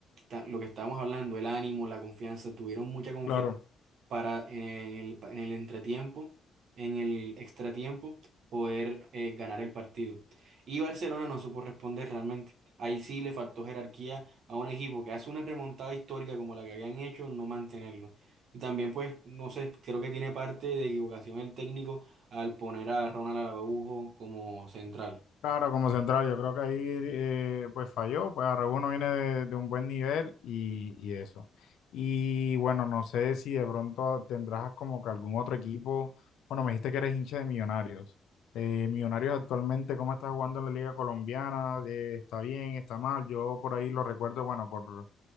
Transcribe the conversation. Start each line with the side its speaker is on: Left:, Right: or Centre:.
Right: ta- lo que estábamos hablando, el ánimo, la confianza, tuvieron mucha confianza
Left: Claro,
Right: para en el, en el entretiempo, en el extratiempo, poder eh, ganar el partido. Y Barcelona no supo responder realmente. Ahí sí le faltó jerarquía a un equipo que hace una remontada histórica como la que habían hecho, no mantenerlo. Y también, pues, no sé, creo que tiene parte de equivocación el técnico al poner a Ronald Araujo como central.
Left: Claro, como central, yo creo que ahí eh, pues falló, pues Araújo no viene de, de un buen nivel y, y eso. Y bueno, no sé si de pronto tendrás como que algún otro equipo, bueno, me dijiste que eres hincha de Millonarios. Eh, Millonarios actualmente, ¿cómo está jugando en la Liga Colombiana? Eh, ¿está bien? ¿Está mal? Yo por ahí lo recuerdo, bueno, por,